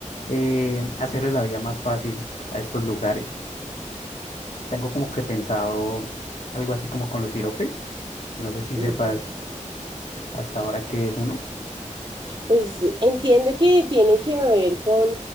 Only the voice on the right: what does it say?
Ujú.
Pues entiendo que tiene que ver con,